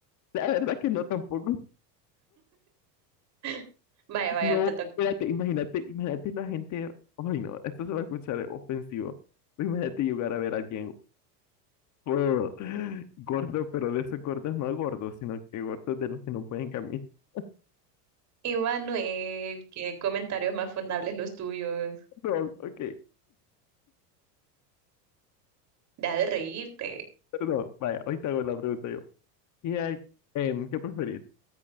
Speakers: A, on the left; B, on the right.
A: La verdad que no tampoco.
B: <laughs> Vaya, vaya,
A: No,
B: te toca.
A: espérate, imagínate, imagínate la gente. Ay, no, esto se va a escuchar ofensivo. Pero Imagínate llegar a ver a alguien <laughs> oh, gordo, pero de esos gordos no gordos, sino que gordos de los que no pueden caminar. <laughs>
B: Y Manuel, qué comentarios más fundables los tuyos.
A: No, ok.
B: Deja de reírte.
A: Perdón, vaya, hoy te hago la pregunta yo. ¿Qué, hay- em, ¿qué preferís?